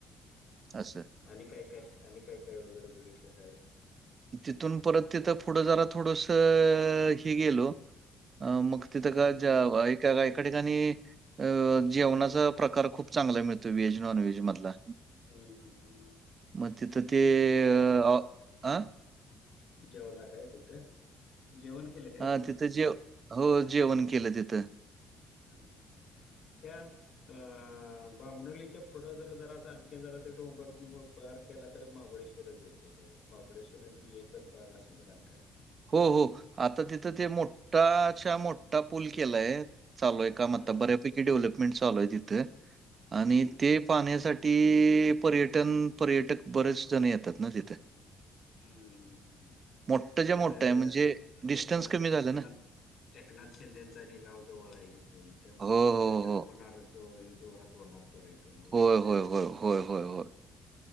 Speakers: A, on the right; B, on the left.
A: असं
B: आणि काय काय आणि काय काय वगैरे बघितलं काय,
A: तिथून परत तिथं पुढं जरा थोडंस हे गेलो. अ मग तिथं
B: हम्म
A: ग जा व ऍका एका ठिकाणी. अ जेवणाचा प्रकार खूप चांगला मिळतो, व्हेज, नॉनव्हेज मधला.
B: हम्म हम्म
A: मग तिथं ते
B: जेवला का
A: अ अं
B: जेवला काय तिथं जेवण? केलं काय
A: हा तिथं जेव हो जेवण केलं तिथं.
B: हम्म त्यात अ बाबणोलीच्या पुढ जर, जरा आणखी जरा ते डोंगर <unintelligible> तयार केला तररी महाबळेश्वरच येत. महाबळेश्वर ती एकच भाग असल्या सारखा हे.
A: हो हो आता तिथं ते मोठ्ठा, चा मोठ्ठा, पूल केलाय चालू आहे.
B: हम्म.
A: काम आता बर्‍यापैकी डेव्हलपमेन्ट चालू हाय तीथ आणि
B: हम्म, हम्म, हम्म.
A: ते पाहण्या साठ ती पर्यटन, पर्यटक बरेच जण येतात ना तिथ.
B: हम्म
A: मोठंच्या
B: त्यात
A: मोठं आहे म्हणजे डिस्टन्स
B: एकनाथ
A: कमी झालं
B: एकनाथ
A: ना.
B: एकनाथ शिंदेचा आणि गावजवळ आहे. तिथून त्यामुळे
A: हो,
B: ते पर्यटन
A: हो, हो.
B: होणारच. ज य जोरात होणार पर्यटक येथे.
A: होय, होय, होय, होय, होय, होय.